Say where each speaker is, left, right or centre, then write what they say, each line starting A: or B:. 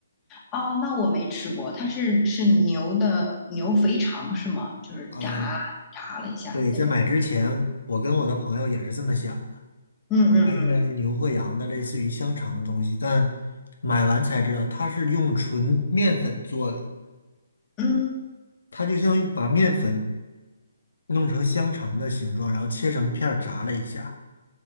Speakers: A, on the left; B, on the left.
A: 哦，那我没吃过，它是是牛的牛肥肠是吗？就是炸炸了一下那种感觉
B: 呃，对，在买之前，我跟我的朋友也是这么想的，
A: 嗯嗯
B: 它应该是牛或羊的，类似于香肠的东西，但买完才知道它是用纯面粉做的，
A: 嗯
B: 它就像一把面粉。弄成香肠的形状，然后切成片儿炸了一下。